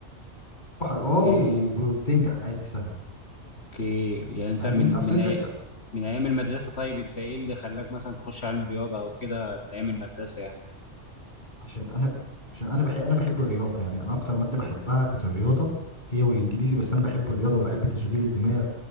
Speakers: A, on the left; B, on the left.
A: <laughs>
B: حر-
A: أوكي
B: اه وب- وبتنجح عادي سهل
A: أوكي يعني أنت
B: يعني
A: من
B: انت اصل
A: من
B: انت
A: أي...
B: أس...
A: من أيام المدرسة طيب أنت إيه اللي خلاك مثلا تخش علم رياضة أو كده من أيام المدرسة يعني؟
B: عشان انا عشان انا بحب انا بحب الرياضه يعني انا اكتر ماده بحبها كانت الرياضه هي والانجليزي بس انا بحب الرياضه وبحب تشغيل الدماغ